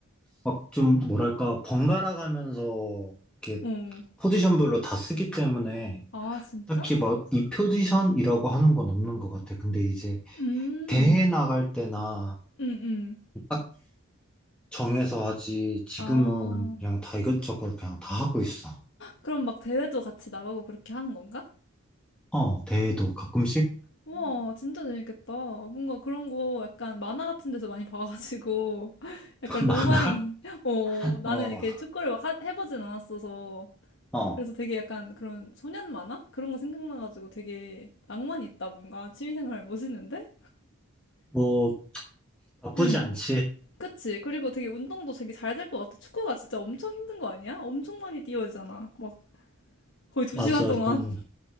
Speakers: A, in the centre; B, on the left.
A: 막 좀 뭐랄까 번갈아 가면서 이렇게
B: 어.
A: 포지션별로 다 쓰기 때문에
B: 아, 진짜?
A: 딱히 막 이 포지션이라고 하는 건 없는 것 같아. 근데 이제
B: 음,
A: 대회 나갈 때나
B: 음, 음.
A: 딱 정해서 하지 지금은
B: 아,
A: 그냥 다 이것저것 그냥 다 하고 있어.
B: 그럼 막 대회도 같이 나가고 그렇게 하는 건가?
A: 어, 대회도 가끔씩
B: 우와, 진짜 재밌겠다. 뭔가 그런 거 약간 만화 같은 데서 많이 봐가지고, <laughs> 약간
A: <laughs>
B: 로망이,
A: 많아.
B: <laughs> 어, 나는
A: 어,
B: 이렇게 축구를 막 하- 해보진 않았어서.
A: 어,
B: 그래서 되게 약간 그런 소년 만화? 그런 거 생각나가지고 되게 낭만이 있다, 뭔가. 취미생활 멋있는데?
A: 뭐 나쁘지
B: 응.
A: 않지.
B: 그치. 그리고 되게 운동도 되게 잘 될 것 같아. 축구가 진짜 엄청 힘든 거 아니야? 엄청 많이 뛰어야 되잖아. 막 거의 두
A: 맞아,
B: 시간 동안.
A: 좀